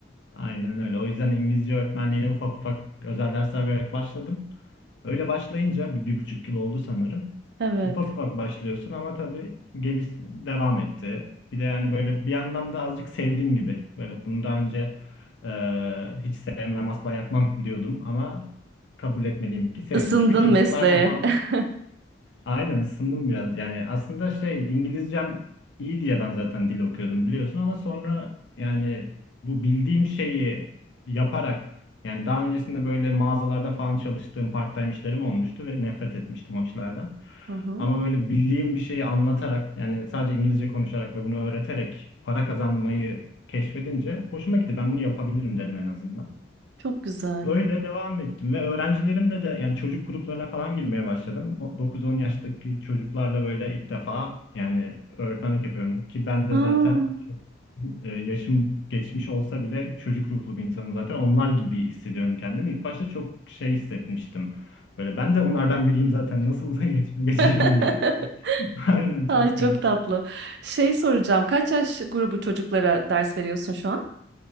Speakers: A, on the left (about 65°); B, on the right (about 60°).
A: aynen öyle. O yüzden İngilizce öğretmenliğine ufak ufak özel dersler vererek başladım. Öyle başlayınca bir, bir buçuk yıl oldu sanırım.
B: Evet.
A: Ufak ufak başlıyorsun ama tabii geliş devam etti. Bir de yani böyle bir yandan da azıcık sevdiğim gibi. Evet bunu daha önce e, hiç sevmem asla yapmam diyordum ama kabul etmeliyim ki sevdim.
B: Isındın
A: Çünkü çocuklarla
B: mesleğe.
A: falan
B: <laughs>
A: Aynen ısındım biraz. Yani aslında şey İngilizcem iyi diye ben zaten dil okuyordum biliyorsun ama sonra yani bu bildiğim şeyi yaparak yani daha öncesinde böyle mağazalarda falan çalıştığım part-time işlerim olmuştu ve nefret etmiştim o işlerden.
B: Hı hı.
A: Ama böyle bildiğim bir şeyi anlatarak yani sadece İngilizce konuşarak ve bunu öğreterek para kazanmayı keşfedince hoşuma gitti. Ben bunu yapabilirim dedim en azından.
B: Çok güzel.
A: Öyle devam ettim ve öğrencilerimle de yani çocuk gruplarına falan girmeye başladım. O 9-10 yaştaki çocuklarla böyle ilk defa yani öğretmenlik yapıyorum ki ben de
B: Aa.
A: zaten çok e, yaşım geçmiş olsa bile çocuk ruhlu bir insanım zaten. Onlar gibi hissediyorum kendimi. İlk başta çok şey hissetmiştim. Böyle ben de onlardan biriyim zaten nasıl <laughs> iletişime geçeceğim
B: <laughs>
A: diye. <laughs> Aynen çok
B: Ay çok
A: garip.
B: tatlı. Şey soracağım. Kaç yaş grubu çocuklara ders veriyorsun şu an?